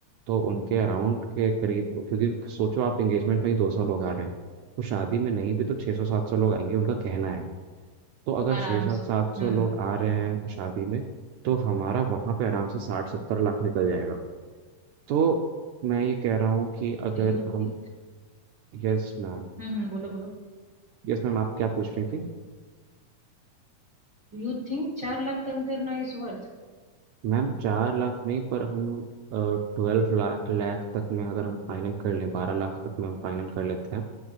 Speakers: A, on the right (about 80°); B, on the right (about 65°).
A: तो उनके अराउंड के करीब क्योंकि सोचो आप एंगेजमेंट में ही दो सौ लोग आ रहे हैं तो शादी में नहीं भी तो छः सौ सात सौ लोग आएंगे उनका कहना है तो अगर
B: आराम
A: छः सौ
B: से
A: सात सौ
B: हम्म
A: लोग आ रहे हैं शादी में तो हमारा वहाँ पे आराम से साठ सत्तर लाख निकल जाएगा तो मैं ये कह रहा हूँ कि अगर
B: Do you think
A: हम यस मैम
B: हम्म हम्म, बोलो बोलो
A: यस मैम आप क्या पूछ रही थी
B: डू यू थिंक चार लाख कम करना is worth
A: मैम चार लाख नहीं पर हम ट्वेल्व लाख लाख तक में अगर हम फाइनल कर लें बारह लाख तक में हम फाइनल कर लेते हैं